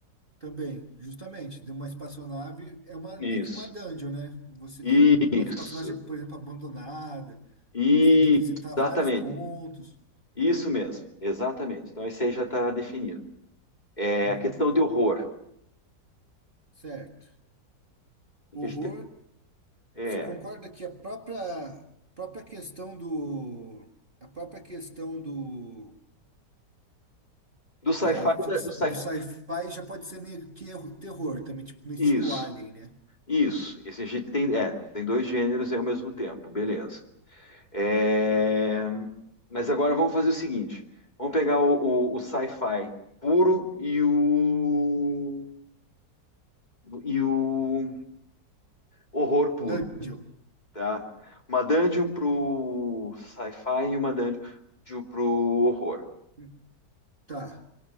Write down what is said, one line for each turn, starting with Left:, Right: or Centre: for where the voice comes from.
Right: também, justamente. De uma espaçonave é uma
Left: Isso.
Right: meio que uma dungeon, né? Você
Left: Isso.
Right: tem uma espaçonave, por exemplo, abandonada,
Left: Isso.
Right: que você tem que visitar
Left: Exatamente.
Right: vários pontos.
Left: Isso mesmo. Exatamente. Então, esse aí já está definido. É,
Right: Uhum,
Left: a questão de horror.
Right: certo.
Left: Em
Right: Horror,
Left: Que a gente, é,
Right: você concorda que a própria própria questão do a própria questão do
Left: do sci-fi.
Right: da fix,
Left: da- Do sci
Right: do sci-fi já pode ser meio que erro- terror também, tipo no estilo
Left: isso,
Right: Alien, né?
Left: isso. Esse a gente tem, é, tem dois gêneros aí ao mesmo tempo, beleza. É, mas agora vamos fazer o seguinte: vamos pegar o, o- o sci-fi puro e o, e o horror puro,
Right: Dungeon.
Left: tá? Uma dungeon pro sci-fi e uma dungeon pro horror.
Right: Hum, Tá,